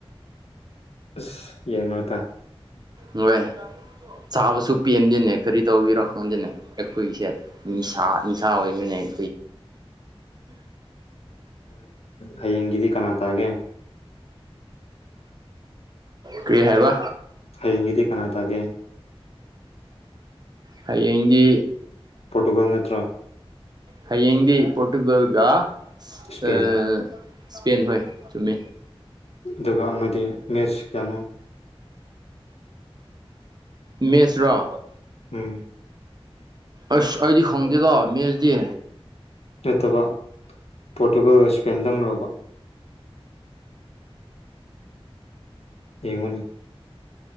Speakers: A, on the left; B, on the right.
A: ꯑ ꯌꯦꯟꯇ
B: ꯃꯣꯏꯦ ꯆꯥꯕꯁꯨ ꯄꯦꯟꯗꯦꯅꯦ ꯀꯔꯤ ꯇꯧꯕꯤꯔꯣ ꯈꯪꯗꯦꯅꯦ ꯑꯩꯈꯣꯏꯁꯦ ꯅꯤꯁꯥ ꯅꯤꯁꯥ ꯑꯣꯏꯦ ꯅꯥꯏ
A: ꯍꯡꯗꯤ ꯀꯅꯥꯇꯑꯒꯦ
B: ꯀꯔꯤ ꯍꯥꯏꯕ
A: ꯍꯌꯦꯡꯗꯤ ꯀꯅꯥ ꯇꯒꯦ
B: ꯍꯌꯦꯡꯗꯤ
A: ꯄꯣꯣꯔꯇꯨꯒꯜ ꯅꯠꯇ꯭ꯔ
B: ꯍꯌꯦꯡꯤ ꯄꯠꯀꯒꯥ
A: ꯏꯁꯄꯦꯟ
B: ꯑ ꯏꯁꯄꯦꯟ ꯍꯣꯏ ꯆꯨꯝꯃꯦ
A: ꯑꯗꯨꯒ ꯑꯃꯗꯤ ꯃꯦꯠꯆ ꯀꯌꯥꯅꯣ
B: ꯃꯦꯁ꯭ꯔꯣ
A: ꯎꯝ
B: ꯑꯁ ꯑꯩꯗꯤ ꯈꯪꯗꯦꯗꯣ ꯃꯦꯁꯗꯤ
A: ꯅꯠꯇꯕ ꯄꯣꯔꯇꯨꯒꯜꯒ ꯏꯁꯄꯦꯟꯗꯪ ꯂꯕ ꯌꯦꯡꯉꯣꯅꯤ